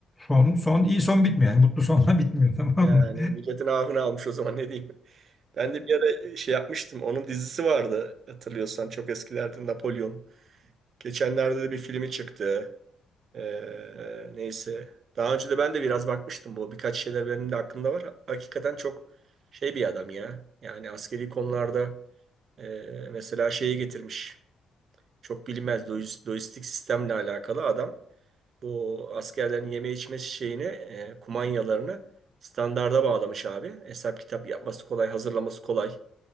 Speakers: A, in the centre; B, on the right.
A: son, son iyi son bitmiyor. Yani mutlu sonla bitmiyor <laughs> tamam
B: yani
A: mı?
B: milletin ahını almış o zaman ne diyeyim. Ben de bir ara şey yapmıştım. Onun dizisi vardı hatırlıyorsan çok eskilerden Napolyon. Geçenlerde de bir filmi çıktı. Ee, neyse. Daha önce de ben de biraz bakmıştım bu. Birkaç şeyler benim de aklımda var. Hakikaten çok şey bir adam ya. Yani askeri konularda e, mesela şeyi getirmiş. Çok bilinmez lojis- lojistik sistemle alakalı adam. Bu askerlerin yeme içme şeyini, e, kumanyalarını standarda bağlamış abi. Hesap kitap yapması kolay, hazırlaması kolay.